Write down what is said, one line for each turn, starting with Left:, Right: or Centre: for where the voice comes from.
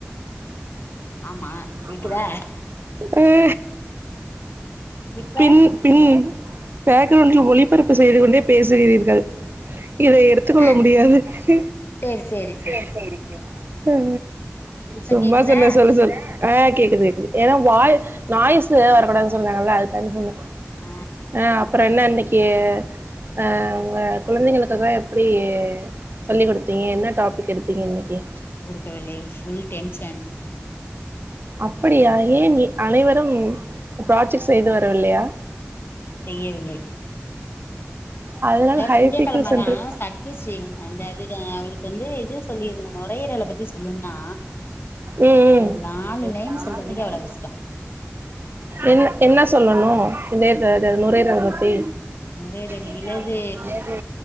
Left: ஆமா கேக்குதா
Right: ஆமா அ
Left: இப்ப
Right: பின் பின் பேக்கிரவுண்டில் ஒளிபரப்பு செய்து கொண்டே பேசுகிறீர்கள் இதை எடுத் எத்து கொள்ள
Left: ஆ
Right: முடியாது சி
Left: சேரி சேரி சேரி
Right: அ அ
Left: இப்ப
Right: சும்மா
Left: கேக்குதா
Right: சொன்னே சொல் ஆ கேக்குது கேக்குது ஏனா வாய்ஸ் நாய்ஸ்சு வரக்கூடாது சொன்னாங்கல்ல அதுக்காண்டி சொன்னே
Left: ஆ
Right: அ அப்றோ என்ன இன்னைக்கி கியே அ அ உங்க கொழந்தைங்களுக்குகாக எப்டி சொல்லி குடுத்தீங்க என்ன டாபிக் எடுத்தீங்க இன்னைக்கி
Left: கவலை ஃபுல் டென்ஷன்
Right: அப்டியா ஏன் இ அனைவரும் ப்ராஜெக்ட் செய்து வரவில்லையா
Left: செய்யவில்லை
Right: அதனால
Left: த
Right: ஹைபிக்கிள்
Left: திங்க கெழம
Right: சென்டர்
Left: தா சக்திஶ்ரீ அந்த இதுக்கு அவளுக்கு வந்து இது சொல்லிருந்தே நொரயீரல பத்தி சொல்லுன்னா
Right: ம்
Left: ஒரு நாலு
Right: ம்
Left: லைன் சொல்றதுக்கே அவ்ளோ கஷ்டோ
Right: என்ன என்ன சொல்லணு இதயத்த இத நொரயீரல பத்தி
Left: நுரையீரல்
Right: இடது
Left: இலது